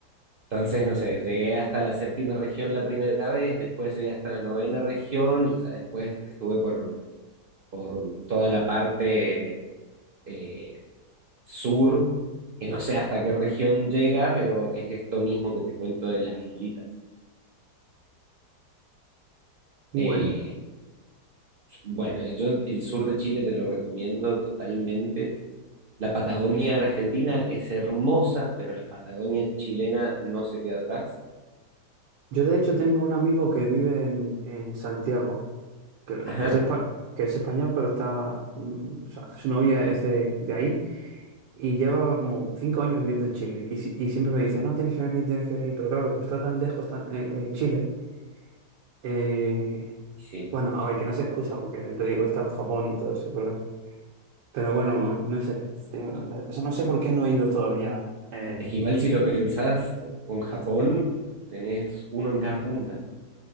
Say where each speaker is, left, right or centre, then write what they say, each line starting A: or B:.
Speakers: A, on the right; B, on the right.
A: Entonces, no sé, llegué hasta la séptima región la primera vez, después llegué hasta la novena región y ya después estuve por, por toda la parte eh, sur, que no sé hasta qué región llega, pero es esto mismo que te cuento de las islitas.
B: Muy
A: Eh,
B: bueno.
A: bueno, yo el sur de Chile te lo recomiendo totalmente. La Patagonia argentina es hermosa, pero la Patagonia chilena no se queda atrás.
B: Yo de hecho tengo un amigo que vive en, en Santiago, que,
A: Ajá,
B: que es espa- que es español, pero está, mm, o sea, su novia es de, de ahí y lleva como cinco años viviendo en Chile. Y, si- y siempre me dice, no, tienes que venir, tienes que venir. Pero claro, como está tan lejos tan- eh, eh, Chile, eh,
A: sí.
B: Bueno, a ver, que no se excusa porque te digo, está en Japón y todo eso, pero, pero bueno, no sé. Tengo- o sea, no sé por qué no he ido todavía. eh,
A: Es que igual si lo pensás con Japón,
B: a-
A: tenés uno en cada punta.